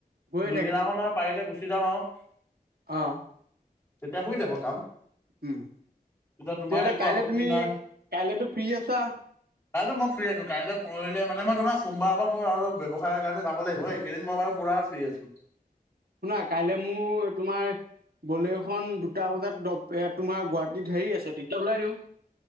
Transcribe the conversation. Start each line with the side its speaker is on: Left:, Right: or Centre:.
Right: গৈয়ে
Left: যোনদিনাখন হয় পাৰিলে গুচি যাম আৰু।
Right: অঁ।
Left: তেতিয়া হৈ যাব কাম।
Right: উম।
Left: তেতিয়া তোমাৰ
Right: তেতিয়াহ'লে
Left: একো
Right: কাইলে
Left: আপত্তি
Right: তুমি
Left: নাই
Right: কাইলেতো ফ্ৰী আছা।
Left: কাইলৈ মই ফ্ৰী আছো কাইলৈ পৰহিলে। মই তোমাক সোমবাৰৰ পৰা মোৰ আৰু ব্যৱসায়ৰ কাৰণে যাব লাগিব, এইকেইদিন মই বাৰু পূৰা ফ্ৰী আছোঁ।
Right: শুনা কাইলৈ মোৰ তোমাৰ বলেৰখন দুটা বজাত তোমাৰ গুৱাহাটীত হেৰি আছে তেতিয়া ওলাই দিওঁ।